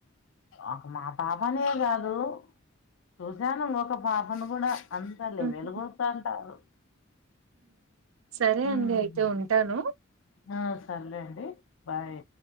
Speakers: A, on the left; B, on the right.
A: ఒక మా పాపనే కాదు చూశాను ఇంకొక పాపను కూడా అంత లెవెలు
B: ఉహు
A: కూస్తంటారు
B: సరే
A: ఉమ్
B: అండి అయితే ఉంటాను
A: ఆ సరే లే అండి బాయ్